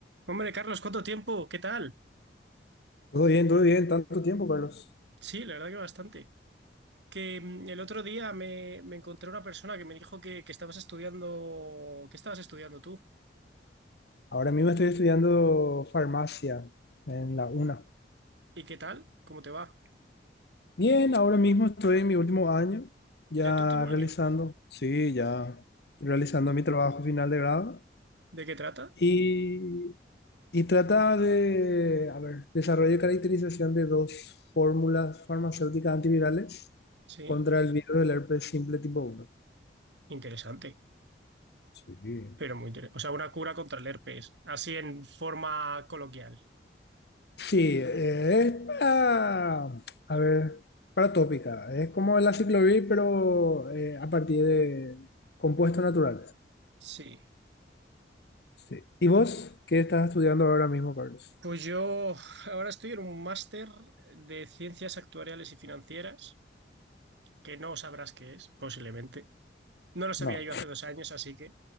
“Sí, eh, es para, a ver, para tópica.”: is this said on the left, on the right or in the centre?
Left